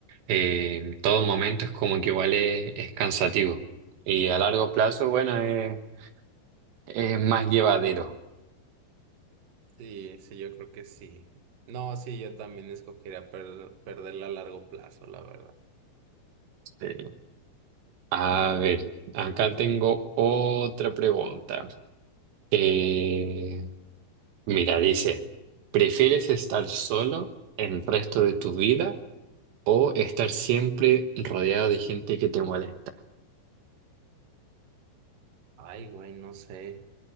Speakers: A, on the right; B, on the right.
A: eh, en todo momento es como que igual es, es cansativo. Y a largo plazo, bueno, es, es más llevadero.
B: Sí, sí, yo creo que sí. No, sí, yo también escogería perder, perderla a largo plazo, la verdad.
A: Eh, a ver, acá tengo otra pregunta. Eh, mira, dice, ¿prefieres estar solo el resto de tu vida? O estar siempre rodeado de gente que te molesta.
B: Ay, güey, no sé.